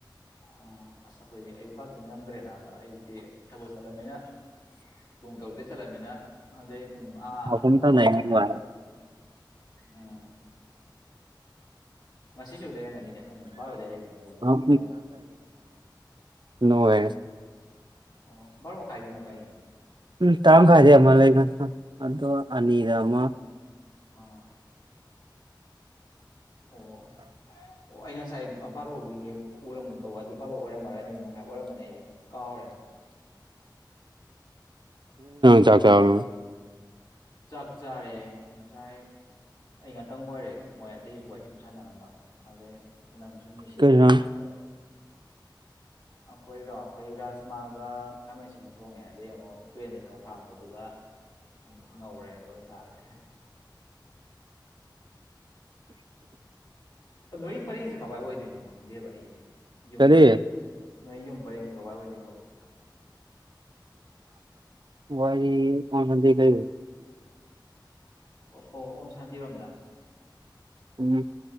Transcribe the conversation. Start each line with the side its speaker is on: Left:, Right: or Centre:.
Left: ꯎꯝ ꯑꯁ ꯑꯩꯈꯣꯏꯗꯤ ꯑꯌꯨꯛꯀꯛꯇꯤꯡ ꯅꯪꯗ꯭ꯔꯦꯅꯥꯕ ꯑꯌꯨꯛꯇꯤ ꯊꯕꯛ ꯆꯠꯂꯝꯅꯤꯅ ꯄꯨꯡ ꯇꯧꯗ ꯆꯂꯥꯏꯃꯤꯅ ꯑꯗꯨꯗꯩ ꯄꯨꯡ ꯑ
Right: ꯑꯍꯨꯝ
Left: ꯃꯥꯄꯜ
Right: ꯇꯥꯅ ꯌꯦꯡꯕ
Left: ꯃꯈꯥꯏꯗꯨꯒ ꯎꯝ ꯉꯁꯤꯁꯨ ꯂꯩꯔꯝꯒꯅꯤꯅꯦ ꯄꯨꯡ ꯕꯥꯔꯣꯗ ꯂꯩꯒꯅ ꯇꯧꯧꯕꯅꯦ
Right: ꯑꯥ
Left: ꯕꯥꯔꯣ ꯃꯈꯥ
Right: ꯅꯅꯨꯡꯋꯦ
Left: ꯑꯣ ꯕꯥꯔꯣ ꯃꯈꯥꯏꯒꯤꯅ ꯀꯩꯅꯣ
Right: ꯄꯨꯡ ꯇꯔꯥꯃꯈꯥꯏꯗꯩ ꯑꯃ ꯂꯩꯕꯅꯦ ꯑꯗꯣ ꯑꯅꯤꯗ ꯑꯃ
Left: ꯑꯥ ꯑꯣ ꯑꯣ ꯑꯩ ꯉꯁꯥꯏ ꯕꯥꯔꯣꯒꯤ ꯎꯔꯝꯅꯨ ꯇꯧꯕ ꯑꯗꯨ ꯄꯥꯕ ꯑꯣꯏꯔꯝꯃꯔꯣꯏ ꯑꯅꯤ ꯃꯈꯥꯏ ꯑꯣꯏꯔꯝꯕꯅꯤ ꯑꯩꯁꯦ ꯀꯥꯎꯔꯦ
Right: ꯆꯥꯛ ꯆꯔꯕꯔꯥ
Left: ꯆꯥꯛ ꯆꯥꯔꯦ ꯉꯁꯥꯏ ꯑꯩ ꯉꯥꯇꯪ ꯑꯣꯏꯔꯦ ꯃꯣꯏ ꯑꯇꯩꯁꯨ ꯋꯥꯔꯤ ꯁꯨꯝ ꯁꯥꯟꯅꯔꯝꯕ ꯑꯗ ꯑꯪ ꯁꯨꯝ ꯅꯤꯡꯁꯤꯡꯉꯄꯦ
Right: ꯀꯩꯅꯣ
Left: ꯇꯦ ꯑꯩꯈꯣꯏꯔꯣ ꯑꯩꯈꯣꯏ ꯔꯥꯁꯃꯥꯒ ꯈꯥꯃꯦꯟꯁꯤꯒ ꯊꯣꯡꯉꯦ ꯑꯗꯩ ꯑꯃꯨꯛ ꯇꯨꯔꯦꯟꯗꯒꯤꯩ ꯈꯔ ꯐꯥꯔꯛꯄꯗꯨ ꯎꯝ ꯉꯧꯔꯦ ꯑ ꯑꯗꯨꯒ ꯁꯥꯔꯦ ꯅꯣꯏ ꯄꯔꯦꯡꯁꯦ ꯀꯗꯥꯏ ꯑꯣꯏꯗꯣꯏꯅꯣ ꯈꯪꯗꯦꯕ ꯑꯩꯁꯦ ꯌꯨꯝꯁꯦ
Right: ꯀꯔꯤ
Left: ꯅꯣꯏ ꯌꯨꯝ ꯄꯔꯦꯡꯁꯦ ꯀꯗꯥꯏ ꯑꯣꯏꯗꯣꯏꯅꯣ
Right: ꯋꯥꯔꯤ ꯄ ꯅꯗꯤ ꯀ
Left: ꯑꯣ ꯑꯣ ꯑꯣꯝ ꯁꯥꯟꯇꯤꯔꯣꯝꯗ
Right: ꯎꯝ